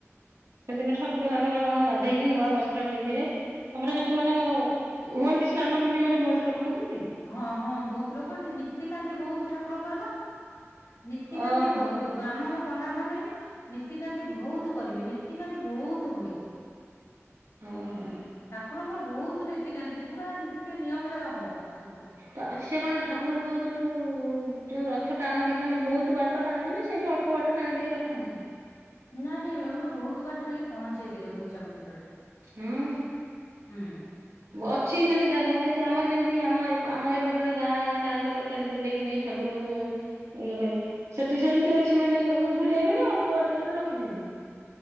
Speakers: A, on the right; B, on the left.
A: ସେଦିନ ଠାକୁର ତାଙ୍କର କଣ ଗାଧେଇକି ନୂଆ ବସ୍ତ୍ର ପିନ୍ଧିବେ। ତମର ସେଠି ମାନେ-ଏ ହୁଅନ୍ତି ସ୍ନାନ ପୂର୍ଣ୍ଣିମାରେ ବହୁତ ଲୋକ ହୁଅନ୍ତି?
B: ହଁ ହଁ ବହୁତ ଲୋକ ଏଠି ନୀତିକାନ୍ତି ବହୁତ ଠାକୁରଙ୍କର ବା ନୀତିକାନ୍ତି
A: ଓହୋ
B: ବହୁତ ବ୍ରାହ୍ମଣ ପଣ୍ଡା ମାନେ ନୀତିକାନ୍ତି ବହୁତ କରିବେ। ନୀତିକାନ୍ତି ବହୁତ ହୁଏ।
A: ହଁ ହଁ।
B: ଠାକୁରଙ୍କର ବହୁତ ନୀତିକାନ୍ତି ପୁରା ନୀତି ନିୟମରେ ହବ ସବୁ।
A: ତ ସେ କଣ ଠାକୁରଙ୍କୁ ଯୋଉ-ଉ-ଉ-ଉ ଯୋଉ ରଥ ଟାଣନ୍ତି ମାନେ ବହୁତ ବାଟ ଟାଣନ୍ତି ନା ସେଠି ଅଳ୍ପ ବାଟ ଟାଣି ଦେଇ ରଖନ୍ତି।
B: ନାଇଁ ନାଇଁ ଆମର ବହୁତ ବାଟ ନେଇକି ପହଞ୍ଚେଇ ଦେବେ ଗୁଡିଞ୍ଚା ମନ୍ଦିରରେ।
A: ହଁ
B: ହୁଁ।
A: ଅଛି ମାନେ ଜାଗା ଯେମିତି ଆମର ଯେମିତି ତି ଆମ ଆମର ଏପଟରେ ଗାଁ ତାଙ୍କ ଟୋଟାଲି ବୁଲେଇକି ନେଇ ଠାକୁରଙ୍କୁ ଇଏ କରି ସେଠି ସେମିତି ଅଛି ମାନେ ମା ବୁଲେଇବେ ନା ଅଳ୍ପ ବାଟରେ ରଖିଦିଅନ୍ତି।